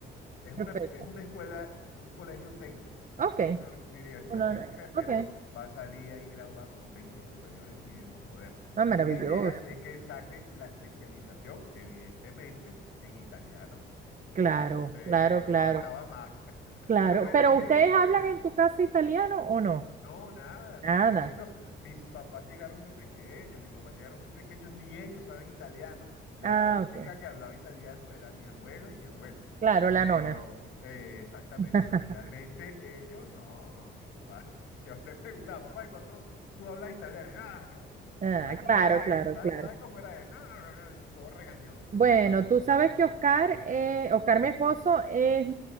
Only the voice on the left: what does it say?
Es una,
es una escuela, un colegio técnico.
Es una, universidad
técnica,
pero
va a salir ahí graduada como técnico superior en idiomas modernos.
Y la idea es que saque la especialización, evidentemente, en italiano.
Entonces,
nos
faltaba más. <laughs>
Pero bueno,
es
eso, pues.
No, nada, no
te estoy diciendo, mis papás llegaron muy pequeños, mis papás llegaron muy pequeños, ni ellos saben italiano. La
única
que hablaba italiano era mi abuela y mi abuelo.
Pero,
eh, exactamente,
pero realmente ellos no, no, mi papá. <laughs> Yo le preguntaba, papá, ¿y cuándo tú hablas italiano? Ah, yo-
¿sabes cómo
era él?
¿Sabes,
sabes cómo era él? No, no, no, no", y todo regañón, entonces
no.